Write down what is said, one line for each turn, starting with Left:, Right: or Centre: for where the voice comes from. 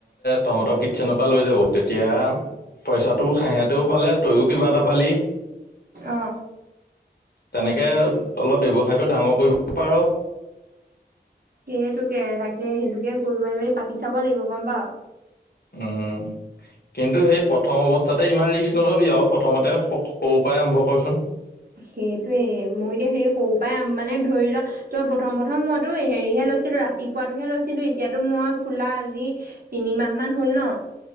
Left: তহঁতক কিটচেনৰ পৰা লৈ যাব তেতিয়া পইচাটো সেহেঁতেও পালে। তইও কিবা এটা পালি।
Right: অ
Left: তেনেকে অলপ ব্যৱসায়টো ডাঙৰ। কৰিব পাৰ।
Right: সেইটোকে তাকে সেইটোকে কৰিব লাগিব, পাতি চাব লাগিব গম পাওঁ।
Left: উম্! কিন্তু সেই প্ৰথম অৱস্থাতে ইমান ৰিস্ক নলবি আও প্ৰথমতে। সক - সৰুৰ পৰাই আৰম্ভ কৰচোন।
Right: সেইটোয়ে। মই এতিয়া সেই সৰুৰ পৰাই মানে ধৰি লোৱা তো প্ৰথম প্ৰথম মইতো হেৰিহে লৈছিলো, ৰাতিপুৱাতোহে লৈছিলো। এতিয়াতো মই খোলা আজি তিনিমাহ মান হল ন।